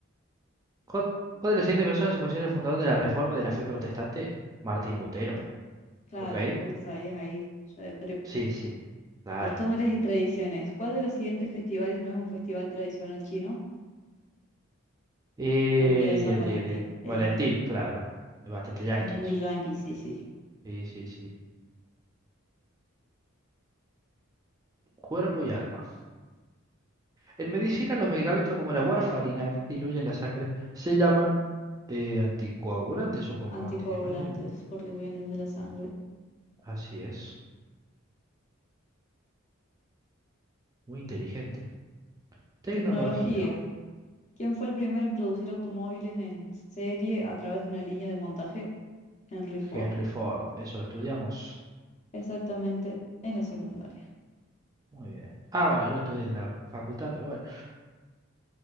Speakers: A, on the right (about 15°); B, on the left (about 35°).
A: ¿Cuál, cuál de las siguientes personas se considera el fundador de la Reforma de la Fe Protestante? Martín Lutero.
B: Claro,
A: Ok.
B: vos lo sabías ahí. Yo de prepa.
A: Sí, sí. Claro.
B: Costumbres y tradiciones. ¿Cuál de los siguientes festivales no es un festival tradicional chino?
A: Eh,
B: El día de San
A: y el
B: Valentín.
A: día a día.
B: Es,
A: Valentín, claro. Es bastante yanqui
B: es muy
A: eso.
B: yankee, sí, sí.
A: Sí, sí, sí. Cuerpo y alma. En medicina, los medicamentos como la warfarina, que diluyen la sangre, se llaman Eh, anticoagulante, supongo,
B: Anticoagulantes,
A: antihistamínico.
B: porque vienen de la sangre.
A: Así es, muy inteligente. Tecnología,
B: Tecnología. ¿Quién fue el primero en producir automóviles en serie a través de una línea de montaje? Henry Ford.
A: Henry Ford, eso lo estudiamos.
B: Exactamente en la secundaria.
A: Muy bien. Ah, bueno, yo lo estudié en la facultad, pero bueno.